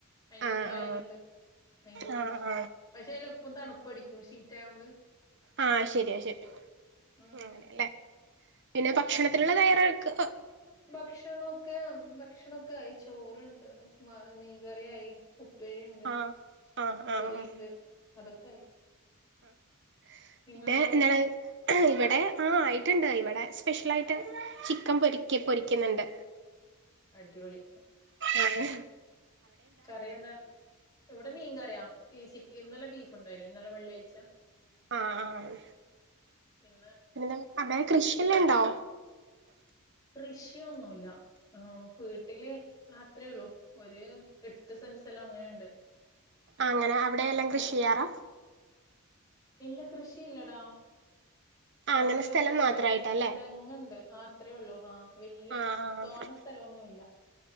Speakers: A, on the left; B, on the right.
A: അയിന്റെ
B: ആ
A: ഉള്ളിൽ അയലുണ്ട്
B: ആ
A: അയിന്റെ ഉള്ളില്
B: ആ ആ
A: പക്ഷെ അതില എപ്പും തണുപ്പ പഠിക്കും സീറ്റ ആയോണ്ട്
B: ആഹ ശരിയാ ശരി
A: ഉം
B: അങ്ങനെല്ലേ പിന്നെ ഭക്ഷണത്തിലുള്ള തയറക്ക്
A: ഭക്ഷണംൊക്കെ ഭക്ഷ ഭക്ഷണൊക്കെ ആയി ചോറണ്ട് മ മീൻകറിയായി ഉപ്പേരി ഉണ്ട്
B: ആ ആ ആ
A: പൊരിുണ്ട്
B: ആ
A: അതൊക്കെ ആയി
B: ആ
A: നിങ്ങളെയോ
B: പിന്നെ <unintelligible> ഇവിടെ ആ ആയിട്ടുണ്ട് ഇവിടെ സ്പെഷ്യലായിട്ട് ചിക്കൻ പൊരി ക്ക് പൊരിക്കുന്നുണ്ട്
A: അടിപൊളി
B: ഏയ്
A: കറി എന്താ? ഇവിടെ മീൻ കറി. <unintelligible> ഈ ചീക്ക ഇന്നെലെ ബീഫുണ്ടായിനു ഇന്നലെ വെള്ളിയാഴ് ച്ചം.
B: ആഹ് ആഹ്
A: ഇന്ന്
B: പിന്നെ ന്താ <unintelligible> കൃഷിയെല്ലാം ഉണ്ടോ?
A: കൃഷിയൊന്നുല്ല ആഹ് വീ വീട്ടില് അത്രയേ ഉള്ളൂ. ഒരു എട്ട് സെന്റ് സ്ഥലം അങ്ങനെണ്ട്.
B: അങ്ങനെ അവിടെെല്ലാം കൃഷി ചെയ്യാറാ.
A: ഇല്ല കൃഷിയില്ലടാ.
B: ആഹ്
A: കുറച്ച്
B: അങ്ങനെ
A: അത്യാവശ്യം
B: സ്ഥലം മാത്രായിട്ടല്ലേ
A: തെങ്ങ് തെങ്ങ്ണ്ട്. അത്രയേ ഉള്ളൂ. ആഹ് വലൃയ
B: ആഹ് ആഹ്
A: തോന്നെ സ്ഥലൊന്നുല്ല